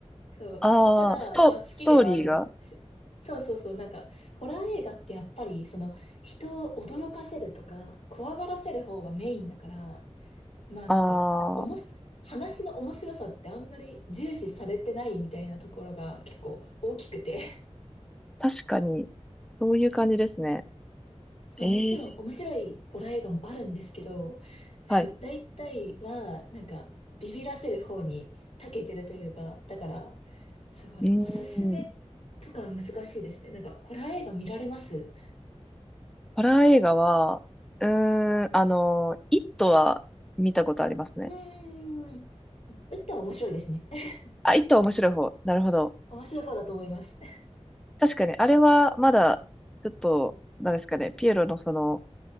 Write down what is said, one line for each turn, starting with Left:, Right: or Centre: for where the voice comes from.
Left: そう。
Centre: あー、
Left: ただ、
Centre: スト、
Left: まあ好きではあるんですよ。
Centre: ストーリーが、
Left: そうそうそう。なんか、ホラー映画ってやっぱり、その、人を驚かせるとか、怖がらせる方がメインだから、まあなんか、
Centre: あ
Left: おもし、話の面白さってあんまり重視されてないみたいなところが結構大きくて。
Centre: 確かに、そういう感じですね。
Left: <laughs> まあ、
Centre: えー
Left: もちろん面白いホラー映画もあるんですけど、その大体はなんかビビらせる方に長けてるというか、
Centre: はい。
Left: だからすごいおすすめとかは難しいですね。
Centre: うーん。
Left: なんかホラー映画見られます
Centre: ホラー映画は、うーん、あの、イットは見たことありますね。
Left: うーん。一旦面白いですね。<laughs>
Centre: あ、イットは面白い方。なるほど。
Left: 面白い方だと思います。
Centre: 確かに、あれはまだ、ちょっと、なんですかね、ピエロのその、